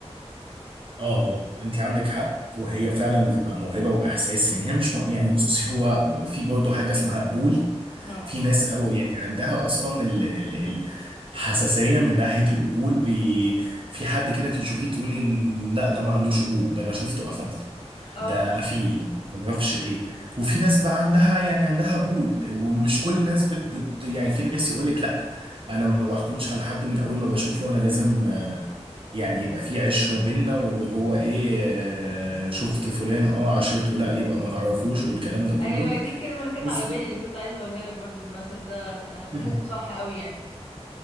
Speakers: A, on the right; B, on the left.
A: اه انت عندك حق وهي فعلا بتبقى موهبه واحساس يعني هي مش مو... يعني بصي هو في برضه حاجه اسمها قبول
B: اه
A: في ناس او يعني عندها اصلا ال... ال... ال... حساسيه من ناحيه القبول بي... في حد كده انت تشوفيه تقولي لا ده ما عندوش قبول ده انا شفته قفلت
B: اه
A: ده
B: آه.
A: قفيل ما اعرفش ايه وفي ناس بقى عندها يعني عندها قبول ومش كل الناس بت... بت... يعني في ناس يقول لك لا انا ما بحكمش على حد من اول ما بشوفه انا لازم يعني يبقى في عشرة بينا واللي هو ايه آه، شفت فلان اه عشرته لا يبقى ما تعرفوش والكلام ده كله
B: ايوه دي الكلمه اللي كانت
A: بس
B: على بالي اللي كنت عايزه اقولها لك برضو المثل ده انا بحسه
A: مم.
B: صح قوي يعني